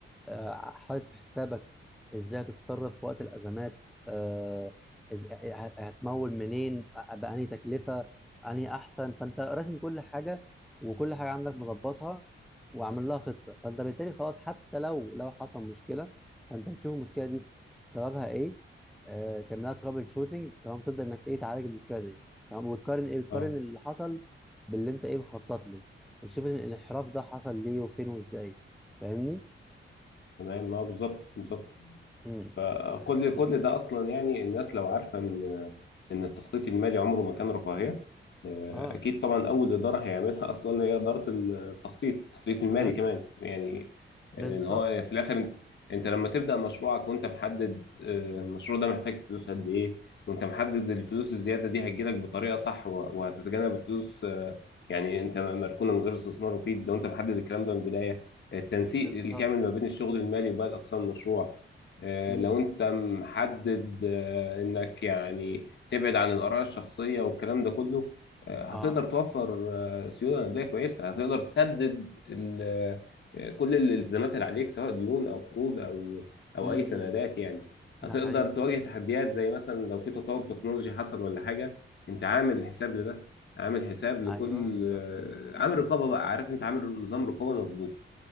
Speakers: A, in the centre; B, on the left.
A: آه، حاطط في حسابك ازاي هتتصرف في وقت الازمات آه، إز- ه- هتمول منين آه، بأنهي تكلفه انهي احسن فانت راسم كل حاجه وكل حاجه عندك مظبطها وعامل لها خطه فانت بالتالي خلاص حتى لو لو حصل مشكله فانت بتشوف المشكله دي سببها ايه آه، تعملها ترابل شوتنج تمام تبدا انك ايه تعالج المشكله دي تمام وتقارن ايه بتقارن
B: اه
A: اللي حصل باللي انت ايه مخطط له بتشوف الانحراف ده حصل ليه وفين وازاي فاهمني
B: تمام اه بالظبط بالظبط
A: امم
B: فكل
A: امم.
B: كل ده اصلا يعني الناس لو عارفه ان ان التخطيط المالي عمره ما كان رفاهيه آه،
A: اه
B: اكيد طبعا اول اداره هيعملها <laughs> اصلا هي اداره التخطيط التخطيط المالي
A: دلوقتي
B: كمان
A: تخطيط
B: يعني
A: حلو
B: يعني
A: بالظبط
B: ان هو في الاخر انت انت لما تبدا مشروعك وانت محدد آه، المشروع ده محتاج فلوس قد ايه وانت محدد الفلوس الزياده دي هتجيلك بطريقه صح و- وهتتجنب الفلوس آه، يعني انت مركونه من غير استثمار مفيد لو انت محدد الكلام ده من البدايه التنسيق
A: بالظبط
B: الكامل ما
A: بالظبط
B: بين الشغل المالي وباقي اقسام المشروع آه،
A: امم
B: لو انت محدد آه، انك يعني تبعد عن الاراء الشخصيه والكلام ده كله آه، هتقدر
A: اه
B: توفر آه، سيوله نقديه كويسه هتقدر تسدد ال- آه، كل الالتزامات اللي عليك سواء ديون او قروض او او
A: امم
B: اي سندات
A: امم.
B: يعني هتقدر
A: ده حقيقي
B: تواجه تحديات زي مثلا لو في تطور تكنولوجي حصل ولا حاجه انت عامل حساب لده عامل حساب لكل
A: ايوه بالظبط
B: آه، عامل رقابه بقى عارف انت عامل نظام رقابه مظبوط